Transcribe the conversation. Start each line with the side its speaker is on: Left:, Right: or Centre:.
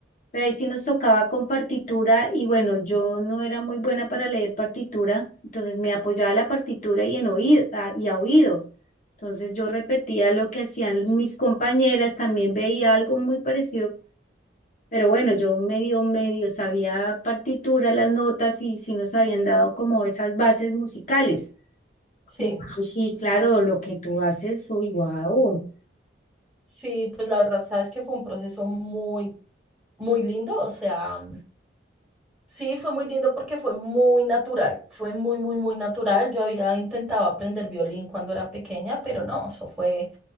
Left: Pero ahí sí nos tocaba con partitura y bueno, yo no era muy buena para leer partitura, entonces me apoyaba la partitura y en oído a- y a oído. Entonces yo repetía lo que hacían mis compañeras, también veía algo muy parecido, pero bueno, yo medio medio sabía partitura, las notas y sí nos habían dado como esas bases musicales.
Centre: sí,
Left: Entonces sí, claro, lo que tú haces, uy, wow.
Centre: sí, pues la verdad, sabes que fue un proceso muy, muy lindo, o sea, sí, fue muy lindo porque fue muy natural, fue muy, muy, muy natural. Yo había intentado aprender violín cuando era pequeña, pero no, eso fue